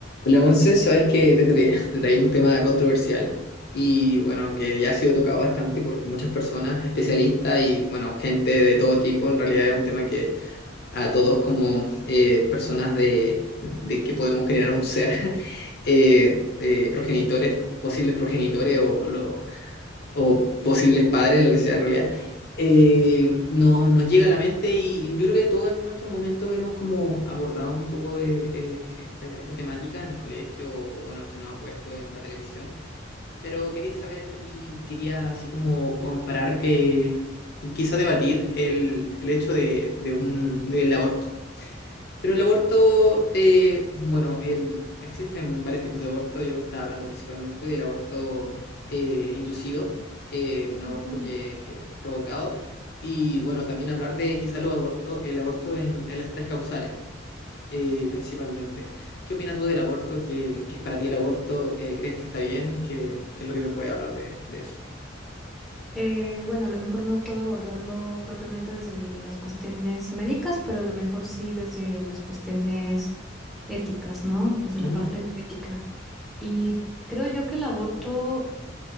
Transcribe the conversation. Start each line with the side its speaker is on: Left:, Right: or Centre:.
Left: Hola, once sabes que te traía, te traía un tema controversial y bueno, que ya ha sido tocado bastante por muchas personas, especialistas y bueno, gente de todo tipo. En realidad es un tema que a todos como eh, personas de, de que podemos generar un ser, <laughs> eh, eh, progenitores, posibles progenitores o lo- o posibles padres, lo que sea en realidad, eh, nos, nos llega a la mente y yo creo que todos en nuestro momento hemos como abordado un poco eh, eh, esta, esta temática en el colegio, o, bueno, se nos ha puesto en la televisión, pero quería saber y quería así como comparar, eh, y quizá debatir el, el hecho de, de un, del aborto pero el aborto, eh, bueno, el, existen varios tipos de aborto. Yo estaba hablando principalmente del aborto eh, inducido, eh, un aborto
Centre: Ujú.
Left: que, que es provocado. Y bueno, también hablar de quizá los aborto, el aborto en, en las tres causales, eh, principalmente. ¿Qué opinas tú del aborto? ¿Qué, qué es para ti el aborto? Eh, ¿crees que está bien? ¿Qué, qué es lo que me puede hablar de, de eso?
Centre: Eh, bueno, a lo mejor no puedo abordarlo propiamente desde las cuestiones médicas, pero a lo mejor sí desde las cuestiones éticas, ¿no? Desde la
Left: Ujú,
Centre: parte bioética. Y creo yo que el aborto,